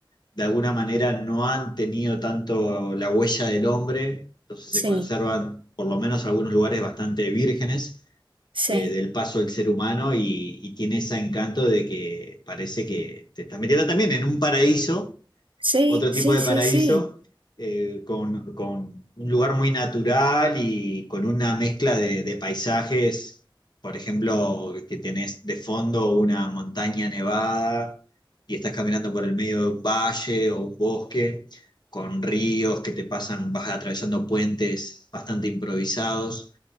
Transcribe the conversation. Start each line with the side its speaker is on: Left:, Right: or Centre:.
Left: de alguna manera no han tenido tanto la huella del hombre, entonces
Right: Sí,
Left: se conservan por lo menos algunos lugares bastante vírgenes
Right: sí,
Left: de- del paso del ser humano y, y tiene ese encanto de que parece que te estás metiendo también en un paraíso
Right: sí,
Left: otro tipo
Right: sí,
Left: de
Right: sí,
Left: paraíso,
Right: sí,
Left: eh, con, con un lugar muy natural y con una mezcla de, de paisajes, por ejemplo, que tenés de fondo una montaña nevada y estás caminando por el medio de un valle o un bosque, con ríos que te pasan, vas atravesando puentes bastante improvisados.